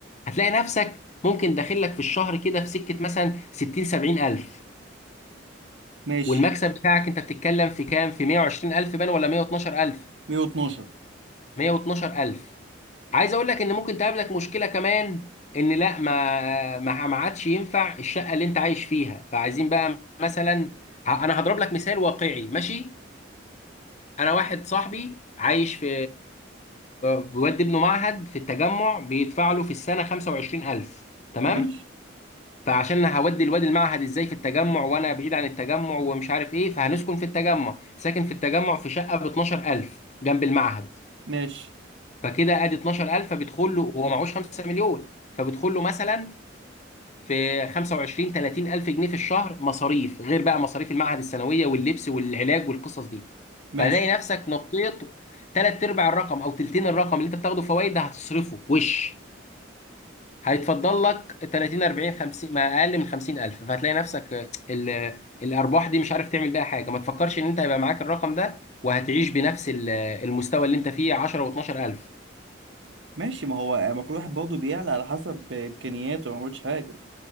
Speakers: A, on the left; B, on the right.
A: هتلاقي نفسك ممكن داخل لك في الشهر كده في سكه مثلا 60 70 الف
B: ماشي
A: والمكسب بتاعك انت بتتكلم في كام في 120 الف بان ولا 112 الف
B: 112
A: 112 الف عايز اقول لك ان ممكن تقابلك مشكله كمان ان لا ما ما ما عادش ينفع الشقه اللي انت عايش فيها فعايزين بقى مثلا ه- انا هضرب لك مثال واقعي ماشي انا واحد صاحبي عايش في بيودي ابنه معهد في التجمع بيدفع له في السنه 25000 تمام
B: ماشي
A: فعشان هودي الواد المعهد ازاي في التجمع وانا بعيد عن التجمع ومش عارف ايه فهنسكن في التجمع ساكن في التجمع في شقه ب 12000 جنب المعهد
B: ماشي
A: فكده ادي 12000 فبيدخل له هو معهوش 5 مليون فبيدخل له مثلا في 25 30 الف جنيه في الشهر مصاريف غير بقى مصاريف المعهد الثانويه واللبس والعلاج والقصص دي
B: ماشي
A: فهتلاقي نفسك نطيت ثلاث ارباع الرقم او تلتين الرقم اللي انت بتاخده فوائد ده هتصرفه وش هيتفضل لك 30 40 50 ما اقل من 50 الف فهتلاقي نفسك ال- الارباح دي مش عارف تعمل بيها حاجه ما تفكرش ان انت هيبقى معاك الرقم ده وهتعيش بنفس ال- المستوى اللي انت فيه 10 و12 الف
B: ماشي ما هو ما كل واحد برضه بيعلى على حسب امكانياته ما قلتش حاجة